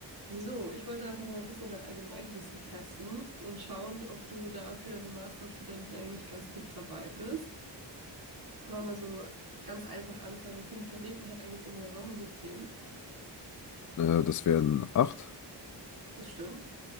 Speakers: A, on the right (about 55°); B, on the left (about 45°).
A: So, ich wollte einfach mal ein bisschen dein Allgemeinwissen testen und schauen, ob du da für einen Masterstudenten eigentlich ganz gut dabei bist. Aber mal so ganz einfach anfangen, wie viele Planeten hat eigentlich unser Sonnensystem?
B: Äh, das wären acht.
A: Das stimmt.